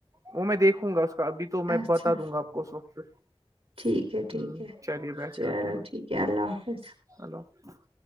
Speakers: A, on the right; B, on the right.
A: وہ میں دیکھوں گا اس کا ابھی تو میں
B: اچھا
A: بتا دوں گا آپ کو اس وقت پ
B: ٹھیک ہے ٹھیک
A: ہ
B: ہے
A: چلیے بیٹھے
B: چلو
A: بیٹھے ال
B: ٹھیک ہے اللہ حافظ
A: اللہ حافظ